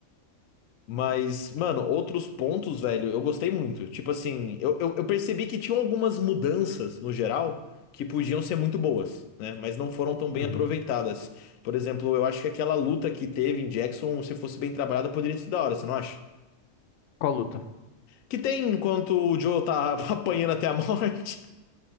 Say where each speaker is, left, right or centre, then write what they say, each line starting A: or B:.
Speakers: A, on the left; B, on the left.
A: Mas, mano, outros pontos, velho, eu gostei muito. Tipo assim, eu, eu, eu percebi que tinham algumas mudanças no geral que podiam ser muito boas, né? Mas não foram tão bem
B: Uhum.
A: aproveitadas. Por exemplo, eu acho que aquela luta que teve em Jackson, se fosse bem trabalhada, poderia ser da hora, você não acha?
B: Qual luta?
A: Que tem enquanto o Joe tá <laughs> apanhando até a morte.